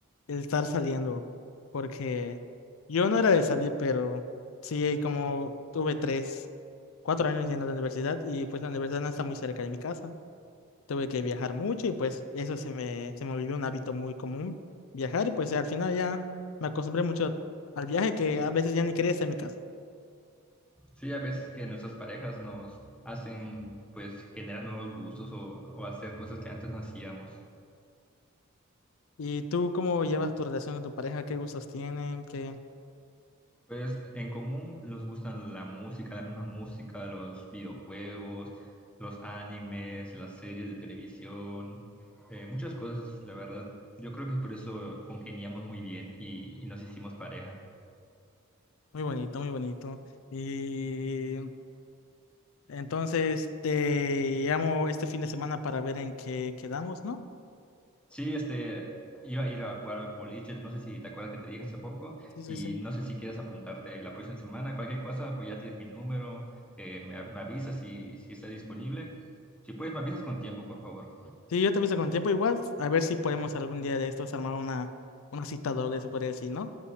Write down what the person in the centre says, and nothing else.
Sí, a veces que nuestras parejas nos hacen, pues generan nuevos gustos o, o hacer cosas que antes no hacíamos.
Pues en común nos gustan la música, la misma música, los videojuegos, los animes, las series de televisión, eh, muchas cosas, la verdad. Yo creo que por eso congeniamos muy bien y, y nos hicimos pareja.
Sí, este, iba a ir a jugar boliche, no sé si te acuerdas que te dije hace poco,
y
no sé si quieres apuntarte la próxima semana, cualquier cosa, pues ya tienes mi número, eh, me, me avisas si, si está disponible. Si puedes, me avisas con tiempo, por favor.